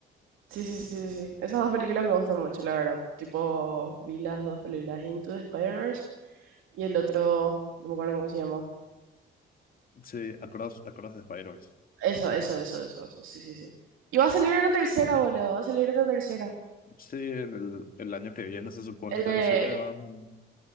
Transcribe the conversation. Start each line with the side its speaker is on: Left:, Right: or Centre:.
Right: sí, sí, sí, sí. sí. Esas dos películas me gustan mucho, la verdad. Tipo, vi las dos películas, Into the Spider-Verse y el otro, no me acuerdo cómo se llama.
Left: Sí, Across, Across the Spider-Verse.
Right: Eso, eso, eso, eso, eso, sí, sí, sí. Y va a salir una tercera,
Left: Eh,
Right: boludo, va a salir una tercera.
Left: Sí, en el, el año que viene se supone,
Right: El
Left: pero
Right: de
Left: siempre van,